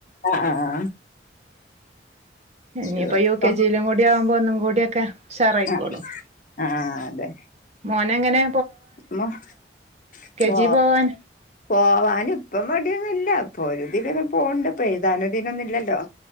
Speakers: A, on the left; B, on the right.
A: ആഹ് ആഹ്
B: ഇനിയിപ്പ
A: ആഹ്
B: യു കെ ജി യിലും കൂടി ആവുമ്പോ ഒന്നും കൂടി ക്കെ ഉഷാറായിക്കോളും
A: ആഹ് ആഹ് അതെ
B: ഓന എങ്ങനെ
A: <unintelligible> പോ
B: ജി പോവാൻ
A: പോവാൻ ഇപ്പ മടിയൊന്നുമില്ല ഇപ്പൊ ഒരു ദില് അങ്ങ് പോവണ്ട് ഇപ്പൊ ഏഴുതാനും ദിന് ഒന്നുമി ല്ലല്ലോ